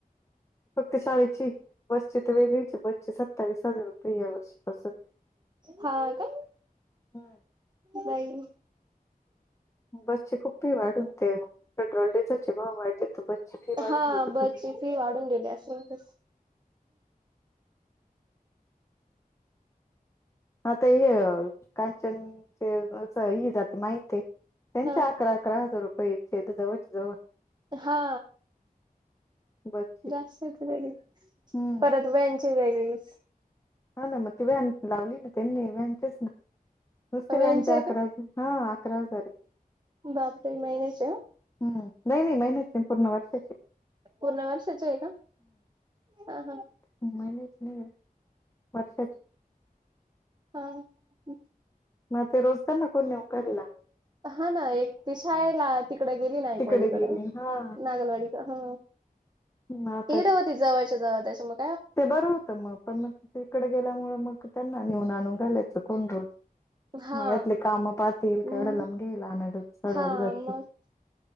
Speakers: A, on the left (about 20°); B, on the right (about 30°).
A: फक्त शाळेची बसची त वेगळीचे बसची सत्तावीस हजार रुपये या वर्षीपासून.
B: हा का
A: हम्म.
B: नाही.
A: बसची खूप फी वाढून येते हो. पेट्रोल डिझेल चे भाव वाढले तू बसची फी वाढून
B: हा
A: घ
B: बसची फी वाढून गेली असं अन् तसं.
A: आता हे कांचनचे अस ह जाते माहिती त्यांच्या
B: हा
A: अकरा अकरा हजार रुपये येते इथं जवळच्या जवळ.
B: हा.
A: बसची.
B: जास्तच वेगळी
A: हम्म.
B: परत व्हेनचे वेगळीच.
A: हा ना मग ते व्हॅन लावली ना त्यांनी व्हॅनचेच ना नुसते
B: व्हॅनची
A: व्हॅनच्या
B: आहे
A: आकार
B: का
A: हा अकरा हजार आहे.
B: बापरे महिन्याची
A: हम्म नाही, नाही महिन्याची नाही पूर्ण वर्षाची
B: पूर्ण वर्षाची आहे का? हा, हा.
A: महिन्याची नाही आहे. वर्षाची.
B: हा, हा.
A: मग रोजत्याना कोण नेऊ करिला
B: हा ना एक ती शाळेला तिकडं गेली नाईकवाडी
A: तिकडे गेली
B: कडं
A: हा
B: नागलवाडी ह.
A: नात
B: इड होती जवळच्या जवळ त्याच्यामुळ
A: ते बरं होतं मग पण मग तिकडे गेल्यामुळ मग त्यांना नेऊन आणून घालायचं कोण रोज
B: हा
A: मळ्यातले काम पाहतील
B: हम्
A: केवढ्या लांब घ्यालला सोडवायला
B: हा
A: जातील.
B: मग